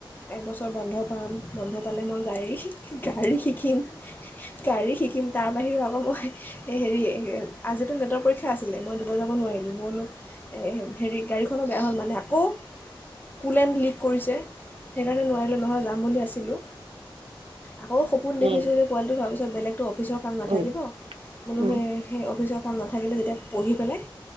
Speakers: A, on the left; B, on the right.
A: একবছৰ বন্ধ পাম, বন্ধ পালে মই গাড়ী গাড়ী শিকিম। গাড়ী শিকিম তাৰ বাহিৰৰ মই হেৰি আজিতো নেটৰ পৰীক্ষা আছিলে, মই দুবাৰ যাব নোৱাৰিলো, মই বোলো হেৰি গাড়ীখনো বেয়া হ'ল মানে আকৌ কুল এণ্ড লিক কৰিছে, সেইকাৰণে নোৱাৰিলোঁ নহয় যাম বুলি আছিলোঁ। আকৌ সপোন দেখিচিলো
B: উম
A: যে পোৱালিটোৰ তাৰপিছত বেলেগটো অফিচৰ কাম নাথ
B: উম
A: থাকিব, বোলো
B: উম
A: সেই সেই অফিচৰ কাম নাথাকিলে যেতিয়া পঢ়ি পেলাই